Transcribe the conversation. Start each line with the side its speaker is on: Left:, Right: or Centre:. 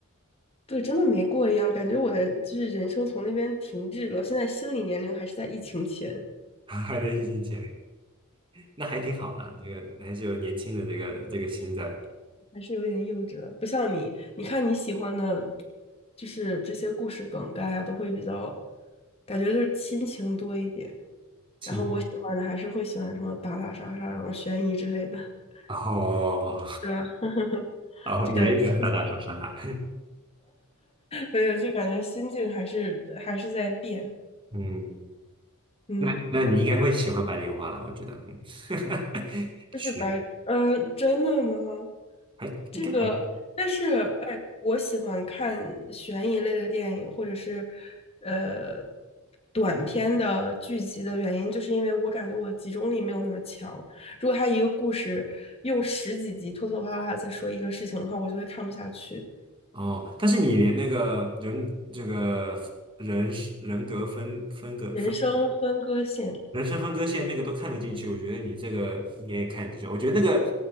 Left: 对，真的没过一样，感觉我的就是人生从那边停滞了。现在心理年龄还是在疫情前，
Right: <laughs> 还在疫情前。那还挺好的，这个还是有年轻的这个这个心在，
Left: 还是有点幼稚了。不像你，你看你喜欢的，就是这些故事梗概啊，都会比较，感觉就是亲情多一点。
Right: 亲
Left: 然后我喜欢的还是会喜欢什么打打杀杀，然后悬疑之类的，<laughs>
Right: 哦，
Left: 对吧？<laughs>
Right: 哦，
Left: 就感觉心情
Right: 年一百打打杀杀，
Left: 没有，就感觉心境还是还是在变。
Right: <laughs> 嗯，
Left: 嗯。
Right: 那那你应该会喜欢白莲花了，我觉得，嗯，<laughs>
Left: 就是白，
Right: 行，
Left: 嗯，真的吗？
Right: 还应该还
Left: 这个，但是，哎，我喜欢看悬疑类的电影，或者是，呃，短片的剧集的原因，就是因为我感觉我集中力没有那么强。如果他一个故事用十几集拖拖拉拉地在说一个事情的话，我就会看不下去。
Right: 哦，但是你连那个人这个人人格分分隔分。
Left: 人生分割线。
Right: 人生分割线那个都看得进去，我觉得你这个应该也看得进去。我觉得那个